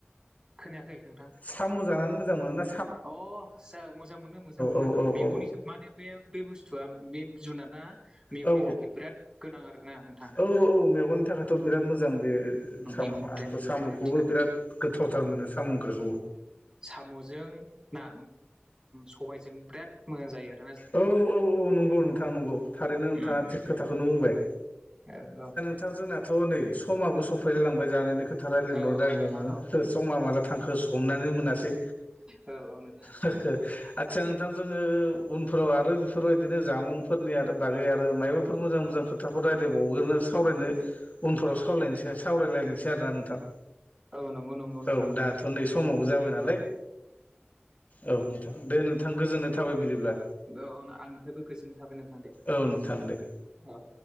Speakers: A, on the right (about 20°); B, on the left (about 35°).
A: खोनायाखै नोंथां
B: साम' जानानै मोजां मोनोना
A: अ जा मोजां मोनो मोजां मोनो
B: औ औ
A: मेगननि
B: औ
A: माने बे बे बुस्थुआ बे जुनादा मेगननि
B: औ
A: थाखाय बिराद गोनां आरोना नोंथां।
B: औ औ औ मेगननि थाखाय थ' बिराद मोजां बे साम'
A: इम्परटेन्ट
B: आंथ'
A: इयो
B: साम'खौबो
A: गोनांथि
B: बिराद गोथावथार मोनो साम' ओंख्रि।
A: साम'जों ना सबायजों बिराद मोजां जायो आरो।
B: औ औ औ नंगौ नोंथां नंगौ थारैनो नोंथाङा
A: उम उम
B: थिग खोथाखौनो बुंबाय।
A: औ औ।
B: बिथां जोंनाथ' नै समाबो सफैलायांबाय जानायनि खोथा रायलायनायवनो
A: औ
B: रायलायनायावनो।
A: औ नोंथां औ
B: समा माला थांखो हमनानै मोनासै।
A: औ औ नों
B: आदसा नोंथां जोङो उनफोराव आरो बेफोरबायदिनो जामुंफोरनि आरो बागै आरो मायबाफोर मोजां मोजां खोथाफोर रायज्लायबावग्रोनोसै। सावरायनो उनफोराव सावलायनोसै सावरायलायनोसै आरोना नोंथां।
A: औ नंगौ नंगौ नोंथां
B: औ
A: नंगौ
B: दाथ' नै समावबो जाबाय नालाय औ नोंथां। दे नोंथां गोजोननाय थाबाय बिदिब्ला।
A: औ आंनिफ्रायबो गोजोननाय थाबाय नोंथां दे
B: औ नोंथां दे
A: औ।